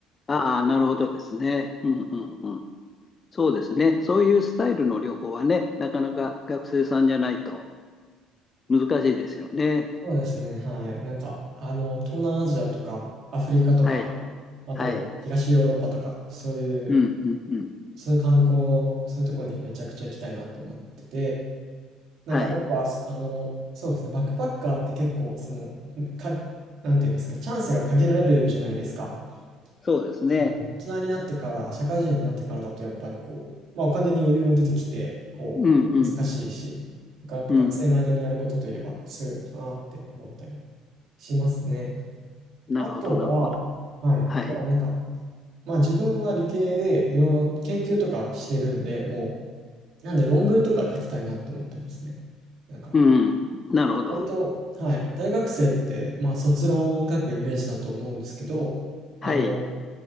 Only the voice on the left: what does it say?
ああ、なるほどですね。うんうんうん。そうですね。そういうスタイルの旅行はね、なかなか学生さんじゃないと難しいですよね。
はい。
はい。
うんうんうん。
はい。
そうですね。
うんうん。
うん。
なるほど、
なるほど。
はい。
うんうん。なるほど。
はい。